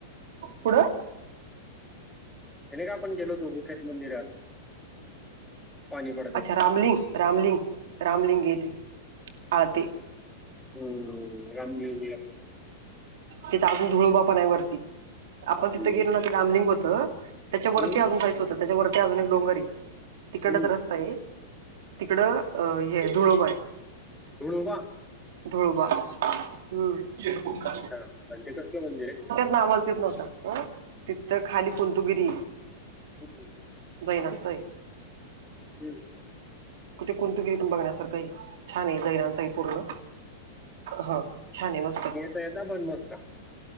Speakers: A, on the right; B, in the centre.
A: पुुढं.
B: हे का आपण गेलोतो गुखेत मंदिरात. पाणी पडतात
A: अच्छा रामलिंग रामलिंग रामलिंग येते हा ते
B: हम् रमला.
A: ते तागून धुळोबा पण आहे वरती आपण
B: हम्म.
A: तिथं गेलो ना रामलिंग होतं त्याच्यावररती
B: हम्म,
A: अजून जायच होतं त्याच्यावरती अजून एक डोंगर. तिकडचा
B: हम्म.
A: रस्ता आहे तिकडं हे धुळोबाय.
B: हे का?
A: धरबा हम् का?
B: म्हणजे कसलं मंदिर? आहे
A: नावा येत नव्हता तिथं खाली कुलतुगिरी
B: हम्.
A: जैनांचं आहे.
B: हम्.
A: कुठे कुंतगिरीतून बघण्यासारखंही छान आहे जैनांचाही पूर्ण ह छान आहे मस्त.
B: बहता ब मस्त